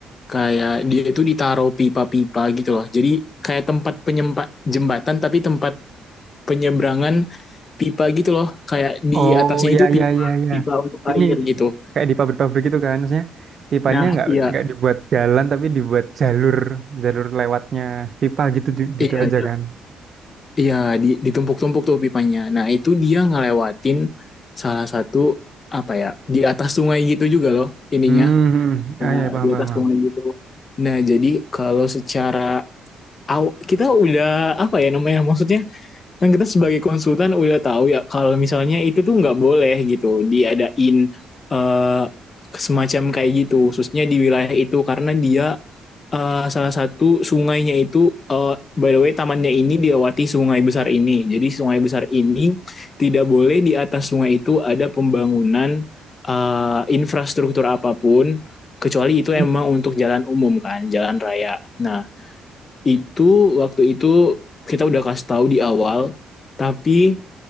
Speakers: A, on the left; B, on the right.
A: kayak dia itu ditaruh pipa-pipa gitu loh jadi kayak tempat penyempat jembatan tapi tempat penyeberangan pipa gitu loh kayak di
B: Oh
A: atasnya
B: ya
A: itu pipa
B: ya ya ya.
A: pipa untuk
B: Ini
A: air
B: ini
A: gitu
B: kayak di pabrik-pabrik itu kan, maksudnya pipanya
A: nah
B: nggak
A: iya
B: nggak dibuat jalan tapi dibuat jalur jalur lewatnya pipa gitu ju- gitu
A: iya
B: aja
A: iya,
B: kan.
A: iya di, ditumpuk-tumpuk tuh pipanya nah itu dia ngelewatin salah satu apa ya di atas sungai gitu juga loh ininya
B: Hmm, hmm.
A: nah,
B: ah ya paham
A: di
B: paham.
A: atas
B: paham.
A: sungai gitu nah jadi kalau secara aw- kita udah apa ya namanya maksudnya kan kita sebagai konsultan udah tahu ya kalau misalnya itu tuh nggak boleh gitu diadain eh, semacam kayak gitu khususnya di wilayah itu karena dia eh, salah satu sungainya itu eh, by the way tamannya ini diawati sungai besar ini jadi sungai besar ini tidak boleh di atas sungai itu ada pembangunan eh, infrastruktur apapun kecuali itu emang
B: Hmm,
A: untuk jalan umum kan jalan raya nah itu waktu itu kita udah kasih tahu di awal, tapi